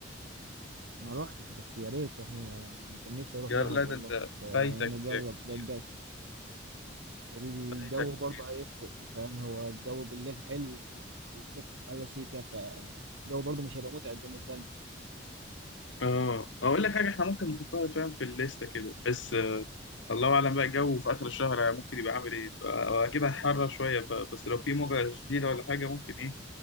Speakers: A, on the right; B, on the left.
A: ما روحتش بس يا ريت احنا انا كان نفسي اروح
B: يا
A: دهب
B: لا ده
A: والله
B: انت
A: فنجرب
B: فايتك كتير
A: ده الجو الجو
B: فايتك كتير
A: برضه هيفرق فاهم هو الجو بالليل حلو والصبح حر سيكا فالجو برضه مش هيبقى متعب بالنسبة لنا
B: اه اقول لك حاجه احنا ممكن نحطها فاهم في الليسته كده بحيث آه، الله اعلم بقى الجو في اخر الشهر ممكن يبقى عامل ايه فا- اكيد هيحرر شويه فبس لو في موجه شديده ولا حاجه ممكن ايه